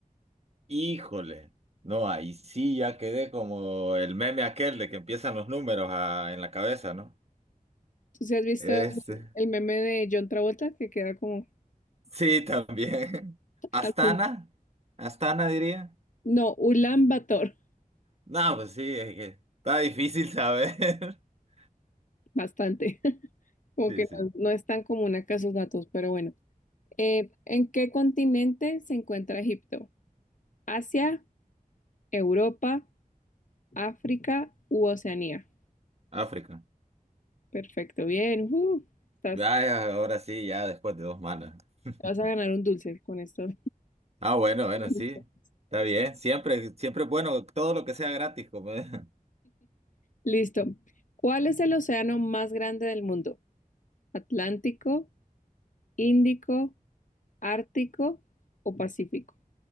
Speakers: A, on the right; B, on the left.
A: Híjole. No, ahí sí ya quedé como el meme aquel de que empiezan los números a- en la cabeza, ¿no?
B: ¿Tú sí has visto
A: Ese.
B: el meme de John Travolta que queda como
A: Sí, también. <laughs> Astana,
B: al fin?
A: Astana diría.
B: No, Ulan Bator,
A: No, pues sí, es que está difícil saber. <laughs>
B: bastante. <laughs> Como
A: Sí,
B: que
A: sí.
B: no, no es tan común acá esos datos, pero bueno. Eh, ¿en qué continente se encuentra Egipto? ¿Asia, Europa, África u Oceanía?
A: África.
B: Perfecto, bien. ujú, estás,
A: Ya,
B: te
A: ahora sí, ya después de dos malas. <laughs>
B: vas a ganar un dulce con esto.
A: Ah, bueno, bueno,
B: <laughs>
A: sí. Está bien. Siempre, siempre es bueno todo lo que sea gratis, como es. <laughs>
B: Listo. ¿Cuál es el océano más grande del mundo? ¿Atlántico, Índico, Ártico o Pacífico?